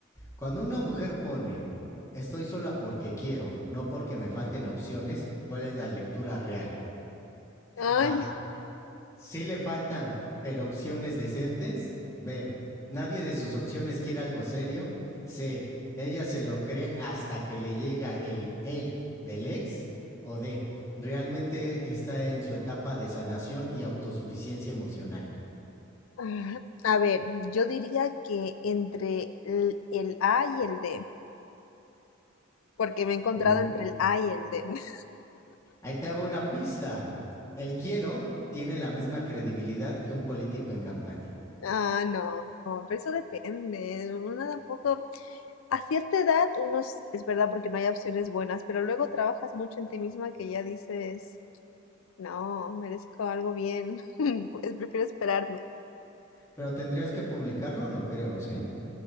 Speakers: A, on the left; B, on the left.
A: cuando una mujer pone estoy sola porque quiero, no porque me falten opciones, ¿cuál es la lectura real?
B: Ay,
A: A. Sí le faltan, pero opciones decentes. B. Nadie de sus opciones quiere algo serio. C. Ella se lo cree hasta que le llega el hey del ex. O D. Realmente está en su etapa de sanación y autosuficiencia emocional.
B: Ah, a ver, yo diría que entre el, el A y el D, porque me he encontrado
A: Muy-
B: entre el A y el D. <laughs>
A: Ahí te va una pista. El quiero tiene la misma credibilidad que un político en campaña.
B: Ah, no, no, pero eso depende. Uno tampoco A cierta edad, uno sí, es verdad porque no hay opciones buenas, pero luego trabajas mucho en ti misma que ya dices, no, merezco algo bien, <laughs> pues prefiero esperarme.
A: Pero tendrías que publicarlo, no creo, ¿sí?